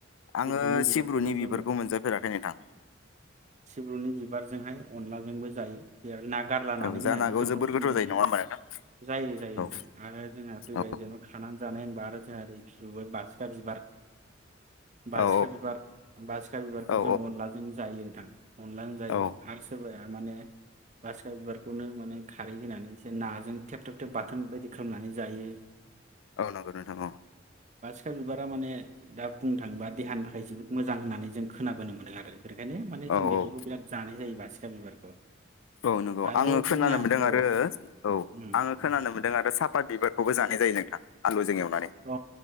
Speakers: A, on the left; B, on the right.
A: आङो
B: सिब्रुनि बिबारखौबो
A: सिब्रुनि
B: जोङो
A: बिबारखौ मोनजाफेराखै नोंथां।
B: ग्रनि बिबारजोंहाय अनलाजोंबो जायो बे ना गारलनानै
A: औ जानो
B: होनानै
A: हागौ
B: गोथावसिन
A: जोबोर गोथाव
B: जायो
A: नङा
B: आरो
A: होमबा नोंथां
B: जायो जायो
A: औ
B: नोंथां आरो जोंहा फैबाय
A: औ
B: जेनेबा खानानै जानाय होनबा आरो जोंहा ओरै बारसिखा बिबार बारसिखा
A: औ
B: बिबार बारसिखा बिबारखौ
A: औ
B: जों अनलाजों जायो नोंथां। अनलां जायो
A: औ
B: आरो सोरबाया तामाने बा बासिगि बिबारखौनो माने खारै होनानै एसे नाजों थेब थेब थेब बाथोन बायदि खालामनानै जायो।
A: औ नंगौ नोंथां
B: बेफोर बिबारा माने दा बुंनो थाङोबा देहानिफ्राय जोबोद मोजां होननानै जों खोनाबोनो मोनो आरो बेखायनो माने जों
A: औ
B: बेफोरखौ
A: औ
B: बिराद जानाय जायो बारसिगि बिबारखौ
A: औ नंगौ
B: आरो
A: आङो
B: जोंहा
A: खोनानो मोनदों
B: औ
A: आरो औ
B: उम
A: आङो खोनानो
B: उम
A: मोनदों आरो साफात बिबारखौबो जानाय जायो नोंथां। आलुजों एवनानै
B: अ